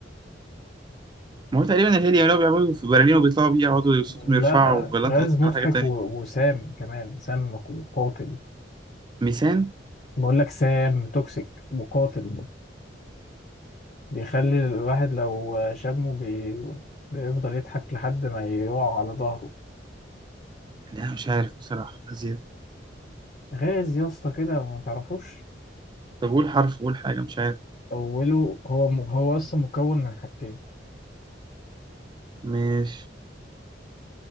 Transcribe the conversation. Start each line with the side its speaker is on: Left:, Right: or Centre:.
Right: ما هو تقريبا الهيليا لو بيعملوا في برلين وبيطلعوا بيه يقعدوا صوتهم
Left: لا
Right: يرفعوا ولا
Left: غاز
Right: انت قصدك
Left: مضحك
Right: على حاجة تانية
Left: و... وسام كمان سام وقاتل
Right: ميسان
Left: بقول لك سام توكسيك وقاتل بيخلي الواحد لو شمه بي... بيفضل يضحك لحد ما يقع على ظهره
Right: لا مش عارف بصراحة زيادة
Left: غاز يا اسطى كده ما تعرفوش
Right: طب قول حرف قول حاجة مش عارف
Left: اوله هو م... هو اصلا مكون من حاجتين
Right: مش